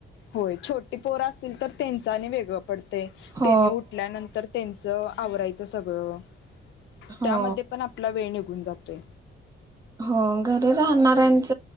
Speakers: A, on the left (about 65°); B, on the right (about 15°).
A: होय छोटी पोर असतील तर त्यांचा आणि वेगळं पडतेय.
B: हो
A: त्यांनी उठल्यानंतर त्यांचं आवरायचं सगळं.
B: हो
A: त्यामध्ये पण आपला वेळ निघून जातोय.
B: हो घरी राहणाऱ्यांच